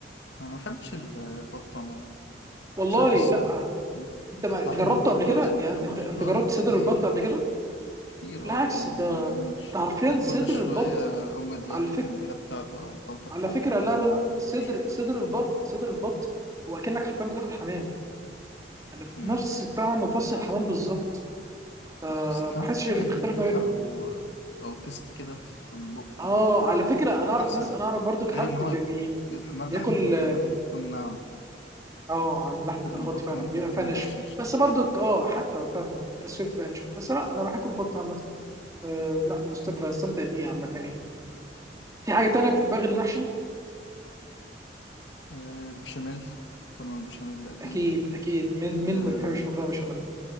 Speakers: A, on the left; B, on the right.
A: أنا ما بحبش ال- البط عموما
B: والله
A: مش عارف إيه السبب
B: لا
A: م.
B: انت ما
A: لحم
B: جربته
A: البط
B: قبل كده
A: نفسه
B: يعني
A: ما بحبوش
B: انت انت
A: آه
B: جربت
A: كتير
B: صدر البط قبل كده
A: كتير
B: بالعكس
A: آه وما
B: ده
A: عجبنيش
B: ده حرفيا
A: من
B: صدر
A: كل شوية
B: البط
A: أمي تغير
B: على فكرة
A: التتبيلة بتاعته أو الخلطة
B: على
A: بتاعته
B: فكرة
A: وبرضو
B: لا لا
A: ما
B: لا
A: بحبوش
B: صدر صدر البط صدر البط هو أكنك حرفيا بتاكل حمام أنا
A: م.
B: بنفس طعم وفص الحمام بالظبط أه
A: لا بس الحمام
B: بحسش اللي
A: كده ليه
B: بيختلف
A: ريحة
B: ما بينهم
A: أو أو تيست كده في البق
B: اه
A: آه،
B: على فكرة أنا أعرف
A: أحسن
B: ناس أنا أعرف برضك
A: غير
B: حد
A: إن هو
B: بي بي
A: الحمام
B: بياكل
A: لحمة الحمام بتكون ناعمة
B: اه عن لحمة
A: غير
B: البط
A: البط
B: فعلا
A: ممكن
B: بيبقى
A: تكون
B: فيها نشف
A: أخشن شوية
B: بس برضك اه حتى فعلا بس هي بتبقى نشف بس لا أنا بحب البط عامة أه لا مست- بستمتع بيه عامة يعني في حاجة تانية بتحبها غير المحشي؟
A: آه، البشاميل كنا البشاميل أكيد
B: أكيد أكيد مين
A: آه،
B: مين ما بيحبش مكرونة بشاميل